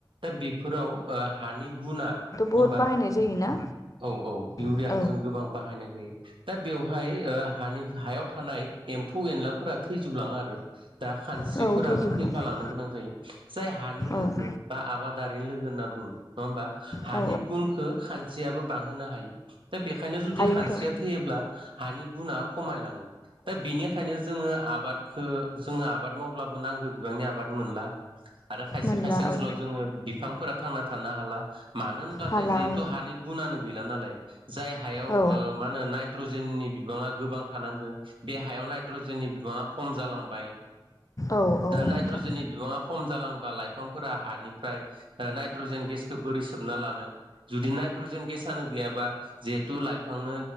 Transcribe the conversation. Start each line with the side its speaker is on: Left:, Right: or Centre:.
Right: दा बेफोराव ओ हानि गुना
Left: बुहुद
Right: होमबा
Left: बाहायनाय जायोना
Right: औ औ इउरियाखौ
Left: औ
Right: जों गोबां बाहायनाय दा बेवहाय ओ हानि हायाव थानाय एम्फौ एनलाफोरा थैजोबलाङो आरो दा खानस्रिफोराबो
Left: आरो औ थैजोबबाय
Right: थैफालांनो गोनां जायो जाय हानि लोगो
Left: औ
Right: बा आबाद दारि लोगो होनना बुङो नडा होनबा हानि
Left: औ
Right: गुनखौ खान खानस्रियाबो बांहोनो हायो दा बेखायनो जुदि
Left: हायोथ'
Right: खानस्रिया थैयोब्ला हानि गुनाआ खमायलाङो दा बेनिखायनो जोङो आबादखौ जोङो आबाद मावब्लाबो नांगौ बिबांनि आबाद मोनला आरो खायसे
Left: मोनला
Right: खायसे ओनसोलाव
Left: औ
Right: जोङो बिफांफोरा थांना थानो हाला मानो होनब्लाथाय
Left: हाला
Right: जिहेथु
Left: हाला औ
Right: हानि गुनानो गैला नालाय। जाय हायाव
Left: औ
Right: ओ मा होनो नाय नाइट्रजेननि बिबाङा गोबां थानांगौ बे हायाव नाइट्रजेननि बिबाङा खम जालांबाय
Left: औ औ
Right: दा नाइट्रजेननि
Left: नोंथां
Right: बिबाङा खम जालांबा लाइफांफोरा हानिफ्राय नायट्रजेन गेसखौ बोरै सोबना लानो जुदि नाइट्रजेन गेसानो गैयाबा जिहेथु लाइफांनो